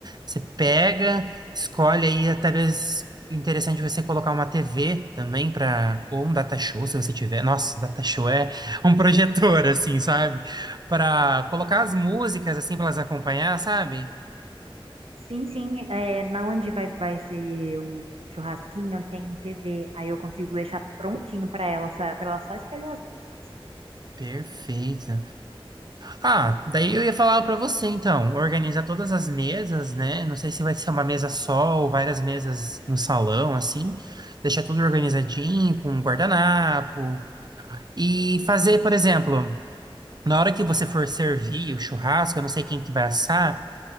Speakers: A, on the right; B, on the right.
A: Você pega, escolhe aí, talvez interessante você colocar uma TV também para ou um data show, se você tiver. Nossa, data show é <laughs> um projetor assim, sabe? Para colocar as músicas assim para elas acompanhar, sabe?
B: Sim, sim, é, na onde vai, vai ser o churrasquinho tem TV, aí eu consigo deixar prontinho para ela, para ela só escolher as buscas.
A: Perfeito. Ah, daí eu ia falar para você, então, organizar todas as mesas, né? Não sei se vai ser uma mesa só ou várias mesas no salão, assim. Deixar tudo organizadinho, com um guardanapo. E fazer, por exemplo, na hora que você for servir o churrasco, eu não sei quem que vai assar,